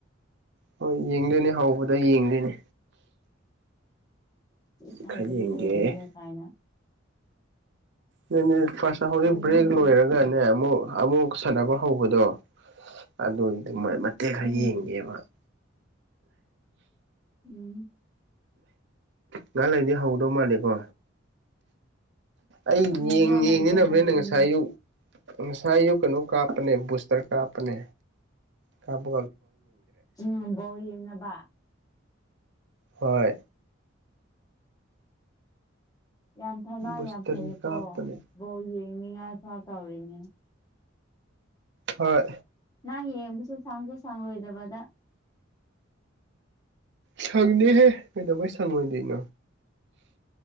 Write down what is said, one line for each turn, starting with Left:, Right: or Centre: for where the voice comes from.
Right: ꯍꯣꯏ ꯌꯦꯡꯗꯣꯏꯅꯦ ꯍꯧꯕꯗ ꯌꯦꯡꯗꯣꯏꯅꯦ
Left: ꯊꯧꯕꯗ
Right: ꯈꯔ ꯌꯦꯡꯒꯦ
Left: ꯌꯦꯡꯗꯣꯏꯅꯦ ꯀꯥꯏꯅ
Right: ꯂꯩꯅꯤ ꯐꯥꯁ ꯍꯗꯤ
Left: ꯌꯦꯡꯉꯣ
Right: ꯭ꯔꯦꯛ
Left: ꯌꯦꯡꯉꯣ
Right: ꯂꯣꯏꯔꯒꯅꯦ ꯑꯃꯨꯛ ꯑꯃꯨꯛ ꯁꯥꯟꯅꯕ ꯍꯧꯕꯗꯣ ꯑꯗꯨꯒꯤꯗꯨ ꯃꯇꯦꯛ ꯈꯔ
Left: ꯎꯝ
Right: ꯌꯦꯡꯒꯦꯕ <inaudible>
Left: ꯎꯝ
Right: ꯅꯍꯥꯟ ꯂꯩꯗꯤ ꯍꯧꯗꯧ ꯃꯥꯜꯂꯦꯀꯣ ꯑꯩꯡ
Left: ꯎꯝ ꯉꯥꯛ ꯂꯩꯔꯗꯤ
Right: ꯌꯦꯡꯁꯤꯅꯕꯅꯦꯦꯅ
Left: ꯍꯧꯗꯧ
Right: ꯉꯁꯥꯏ
Left: ꯃꯥꯜꯂꯦ
Right: ꯑꯌꯨꯛ ꯁꯨ ꯀꯩꯅ ꯀꯥꯄꯅꯦ ꯕꯨꯁꯇꯔ ꯀꯥꯄꯅꯦ ꯀꯥꯄ
Left: ꯎꯝꯝꯕꯣ ꯌꯦꯡꯅꯕ
Right: ꯍꯣꯏ
Left: ꯌꯥꯝ ꯐꯅ
Right: ꯕꯨꯁꯇꯔꯤ
Left: ꯌꯥꯝ ꯐꯩꯌꯦꯀꯣ
Right: ꯀꯥꯞꯄꯅꯦ
Left: ꯕꯧ ꯁꯥꯎ ꯇ ꯑꯣꯏꯅꯤ
Right: ꯍꯣꯏ
Left: ꯅꯍ ꯌꯦꯡꯕꯁꯨ ꯁꯥꯡꯁꯦ ꯁꯥꯡꯂꯣꯏꯗꯕꯗ
Right: ꯁꯪꯅꯦꯍꯦ ꯀꯩꯗꯧꯕꯩ ꯁꯪꯉꯣꯏꯗꯣꯏꯩꯅꯣ